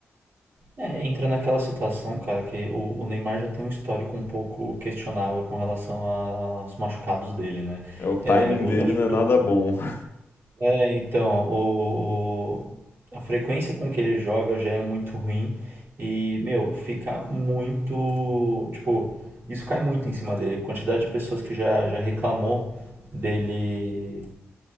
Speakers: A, on the right; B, on the left.
A: É, entra naquela situação, cara, que o, o Neymar já tem um histórico um pouco questionável com relação a- aos machucados dele, né?
B: É, o timing
A: É, o-
B: dele
A: acho
B: não
A: que
B: é
A: torce-
B: nada bom. <laughs>
A: é, então, o, o- a frequência com que ele joga já é muito ruim e, meu, fica muito, tipo, isso cai muito em cima dele. Quantidade de pessoas que já, já reclamou dele,